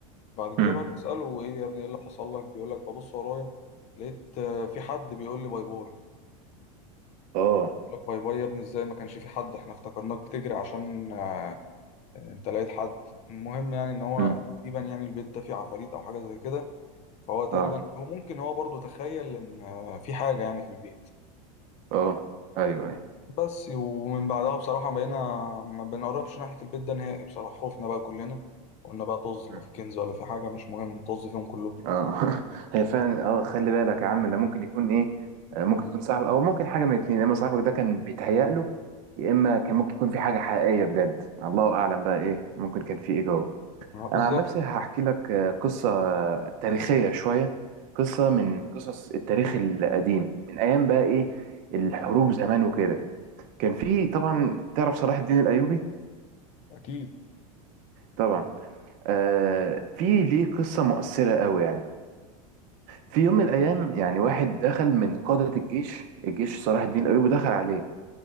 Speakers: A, on the left; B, on the right.
A: بعد كده
B: مم.
A: بقى بنسأله ايه يا ابني ايه اللي حصل لك بيقول لك ببص ورايا لقيت آه، في حد بيقول لي باي باي
B: اه
A: لك باي باي يا ابني ازاي ما كانش في حد احنا افتكرناك بتجري عشان آه، انت لقيت حد المهم يعني ان هو
B: مم.
A: تقريبا يعني البيت ده فيه عفاريت او حاجه زي كده فهو تقريبا
B: اه
A: او ممكن هو برضو تخيل ان آه، في حاجه يعني في البيت
B: اه ايوه
A: بس ومن بعدها بصراحه بقينا ما بنقربش ناحيه البيت ده نهائي بصراحه خوفنا بقى كلنا قلنا بقى طز لو
B: ايوه
A: في كنز ولا في حاجه مش مهم نطز فيهم كلهم
B: اه <laughs> هي فعلا اه خلي بالك يا عم ده ممكن يكون ايه آه، ممكن يكون صاحبك او ممكن حاجه من الاثنين يا اما صاحبك ده كان بيتهيأ له يا اما كان ممكن يكون في حاجه حقيقيه بجد الله اعلم بقى ايه ممكن كان في ايه جوه
A: آه،
B: انا
A: بالظبط
B: عن نفسي هحكي لك آه، قصه آه، تاريخيه شويه قصه من قصص التاريخ القديم من ايام بقى ايه الحروب زمان وكده كان في طبعا تعرف صلاح الدين الايوبي
A: اكيد
B: طبعا آه في ليه قصه مؤثره قوي يعني في يوم من الايام يعني واحد دخل من قادة الجيش الجيش صلاح الدين الايوبي دخل عليه